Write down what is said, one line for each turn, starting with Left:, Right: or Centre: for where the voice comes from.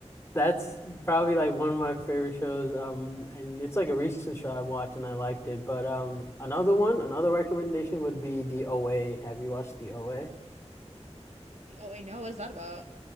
Left: That's probably like one of my favorite shows. Um, and it's like a recent show I watched and I liked it. But um, another one, another recommendation would be The OA. Have you watched The OA?
Right: The, oh wait, no, what is that about?